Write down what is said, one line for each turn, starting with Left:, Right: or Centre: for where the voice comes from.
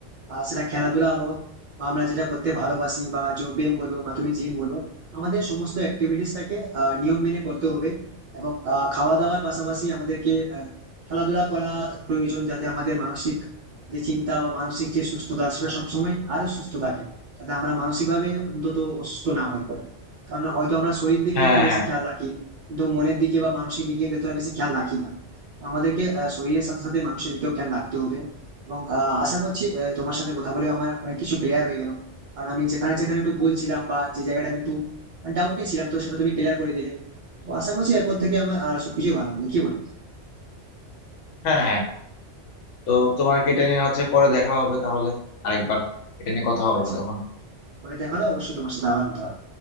Right: আহ, সেটা খেলাধুলা হোক বা আমরা যেটা করতে ভালোবাসি বা যোগ ব্যায়াম বলো বা তুমি জিম বলো আমাদের সমস্ত অ্যাক্টিভিটিসটাকে নিয়ম মেনে করতে হবে এবং আহ, খাওয়া দাওয়ার পাশাপাশি আমাদেরকে আহ, খেলাধুলা করা প্রয়োজন যাতে আমাদের মানসিক যে চিন্তা বা মানসিক যে সুস্থতা সেটা সবসময় আরো সুস্থ থাকে যাতে আমরা মানসিকভাবে অন্তত অসুস্থ না হয়ে পড়ে কারণ হয়তো আমরা শরীর দিকে
Left: হ্যাঁ
Right: একটু বেশি
Left: হ্যাঁ
Right: খেয়াল রাখি কিন্তু মনের দিকে বা মানসিক দিকে কিন্তু এতটা বেশি খেয়াল রাখি না তো আমাদেরকে আহ, শরীরের সাথে সাথে মানুষের দিকেও খেয়াল রাখতে হবে এবং আহ, আশা করছি আহ, তোমার সাথে কথা বলে আমার অনেক কিছু ক্লিয়ার হয়ে গেল কারণ আমি যেখানে যেখানে একটু ভুল ছিলাম বা যে জায়গাটা আমি একটু ডাউটে ছিলাম তো সেটা তুমি ক্লিয়ার করে দিলে তো আশা করছি এরপর থেকে আমার আহ, সবকিছু ভালো হবে কি বলো
Left: হ্যাঁ হ্যাঁ তো তোমার এটা নিয়ে হচ্ছে পরে দেখা হবে তাহলে আরেকবার এটা নিয়ে কথা হবে
Right: আচ্ছা
Left: তখন
Right: বলে দেখালো অবশ্যই তোমার সাথে আবার কথা হবে